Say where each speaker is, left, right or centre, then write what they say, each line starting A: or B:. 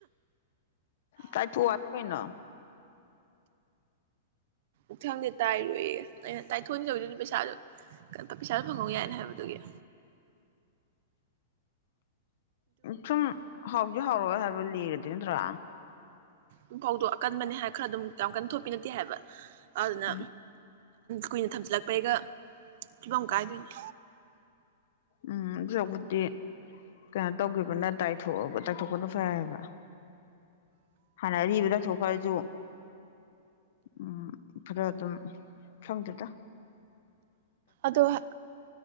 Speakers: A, on the left; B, on the right.
A: ꯇꯥꯏ ꯊꯣ ꯋꯥꯣꯏꯅ
B: ꯎꯊꯪꯗꯤꯦ ꯇꯥꯏꯔꯣꯏꯌꯦ ꯑꯩꯅ ꯇꯥꯏꯊꯣꯛꯗꯕꯗꯨꯗꯤ ꯄꯩꯁꯥꯁꯨ ꯄꯩꯁꯥꯁꯨ ꯐꯪꯍꯧ ꯌꯥꯏꯅ ꯍꯥꯏꯕꯗꯨꯒꯤ
A: ꯆꯨꯝ ꯍ ꯍꯧ ꯍꯧꯔꯛꯑꯣꯏ ꯍꯥꯏꯕ ꯂꯤꯔꯗꯤ ꯅꯠꯇ꯭ꯔꯣ
B: ꯎꯝꯐꯥꯎꯗꯣ ꯑꯀꯟꯕꯅꯦ ꯍꯥꯏ ꯈꯔ ꯑꯗꯨꯝ ꯀꯟ ꯊꯣꯛꯄꯤ ꯅꯠꯇꯦ ꯍꯥꯏꯕ ꯑꯗꯨꯅ
A: ꯎꯝ
B: ꯀꯨꯏꯅ ꯊꯝ ꯂꯛꯄꯩꯒ ꯐꯤꯕꯝ ꯀꯥꯏꯗꯣꯏꯅꯤ
A: ꯎꯝ ꯍꯧꯛꯄꯨꯗꯤꯤ ꯀꯩꯅꯣ ꯇꯧꯈꯤꯕꯅ ꯇꯥꯏꯊꯣꯛꯑꯒ ꯇꯥꯏꯊꯣꯛꯄꯅ ꯐꯔꯕ ꯍꯥꯟꯅ ꯑꯔꯤꯕꯗ ꯊꯣꯛꯈ꯭ꯔꯁꯨ <unintelligible> ꯎꯝ ꯐꯈꯔ ꯑꯗꯨꯝ ꯁꯪꯗꯗ
B: ꯑꯗꯣ ꯎ